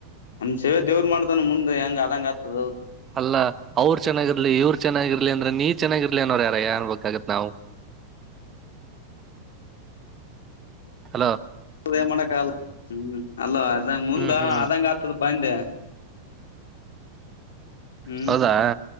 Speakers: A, on the left; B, on the right.
A: ಶಿವವ ದೇವರು ಮಾಡ್ದ್ ಮುಂದೆ ಹೆಂಗ ಅದಂಗಗೆ ಆಗ್ತದ
B: ಅಲ್ಲಾ ಅವ್ರರು ಚೆನ್ನಾಗಿರ್ಲಿ ಇವರು ಚೆನ್ನಾಗಿರ್ಲಿ ಅಂದ್ರೆ ನೀ ಚೆನ್ನಾಗಿರ್ಲಿ ಅನ್ನೋರ್ ಯಾರ ಏನ್ ಬಾಗತ್ ನಾವು <inaudible> ಹಲೋ
A: ನ್ ಮಾಡಕಲ್ಲ ಹ್ಮ ಅಲ್ಲ ಅಂಗ ಮುಂದ
B: ಹ್ಮ್ ಹ್ಮ್
A: ಅದಂಗ ಆಗ್ತದ ಪಂದೆ ಹ್ಮ್
B: ಹೌದಾ